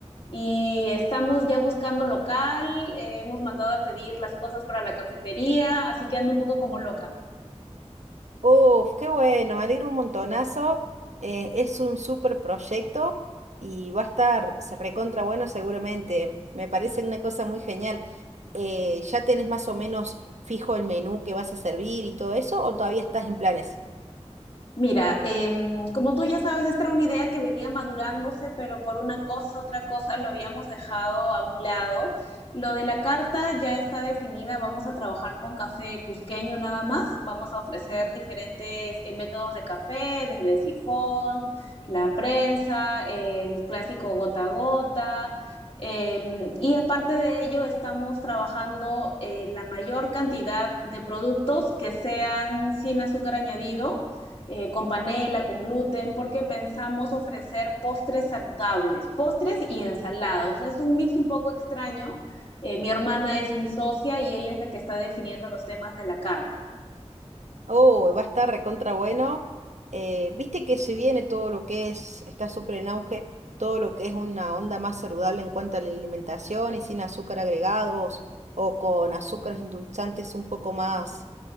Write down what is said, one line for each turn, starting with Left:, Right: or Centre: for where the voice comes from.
Left: y estamos ya buscando local, eh, hemos mandado a pedir las cosas para la cafetería, así que ando un poco como loca.
Right: Oh, qué bueno, me alegro un montonazo. eh, es un súper proyecto y va a estar se recontra bueno seguramente. Me parece una cosa muy genial. Eh, ¿ya tenés más o menos fijo el menú que vas a servir y todo eso o todavía estás en planes?
Left: Mira, em, como tú ya sabes, esta era una idea que venía madurándose, pero por una cosa, otra cosa, lo habíamos dejado a un lado. Lo de la carta ya está definida, vamos a trabajar con café cusqueño nada más, vamos a ofrecer diferentes eh, métodos de café, desde sifón, la prensa, el clásico gota a gota. Em, y aparte de ello, estamos trabajando eh, la mayor cantidad de productos que sean sin azúcar añadido eh, con panela, con gluten, porque pensamos ofrecer postres saludables, postres y ensalados. Es un mix un poco extraño. Eh, mi hermana es mi socia y ella es la que está definiendo los temas de la carta.
Right: Oh, va a estar recontra bueno. Eh, viste que se viene todo lo que es, está súper en auge, todo lo que es una onda más saludable en cuanto a la alimentación y sin azúcar agregados o con azúcares endulzantes un poco más,